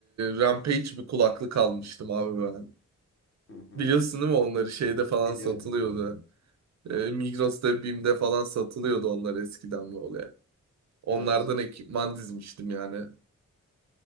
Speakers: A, on the right (about 55°); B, on the left (about 45°).
A: Rampage bir kulaklık almıştım abi ben.
B: Hı hı.
A: Biliyorsun değil mi onları şeyde falan
B: Biliyorum
A: satılıyordu.
B: biliyorum.
A: E, Migros'ta, BİM'de falan satılıyordu onlar eskiden böyle. Onlardan
B: Evet.
A: ekipman dizmiştim yani.